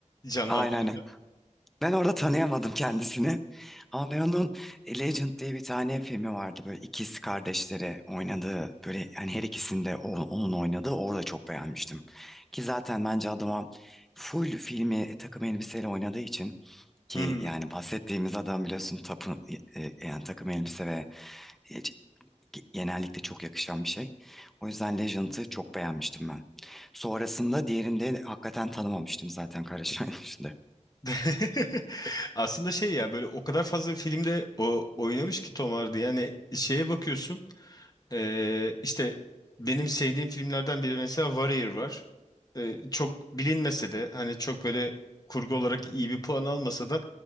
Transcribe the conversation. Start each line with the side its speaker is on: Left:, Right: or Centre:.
Left: canlandırıyor.
Centre: aynen aynen. Ben orada tanıyamadım kendisini. Ama ben onun e, Legend diye bir tane filmi vardı. Böyle ikiz kardeşleri oynadığı böyle yani her ikisinde o- onun oynadığı orada çok beğenmiştim. Ki zaten bence adama full filmi e, takım elbiseyle oynadığı için ki
Left: Hmm.
Centre: yani bahsettiğimiz adam biliyorsun tapı, e, e, yani takım elbise ve e, c- genellikle çok yakışan bir şey. O yüzden Legend'ı çok beğenmiştim ben. Sonrasında diğerinde hakikaten tanımamıştım zaten Kara Şahin dışında.
Left: <laughs> Aslında şey ya böyle o kadar fazla filmde o oynamış ki Tom Hardy. Yani şeye bakıyorsun Ee, işte benim sevdiğim filmlerden biri mesela Warrior var. Ee, çok bilinmese de hani çok böyle kurgu olarak iyi bir puan almasa da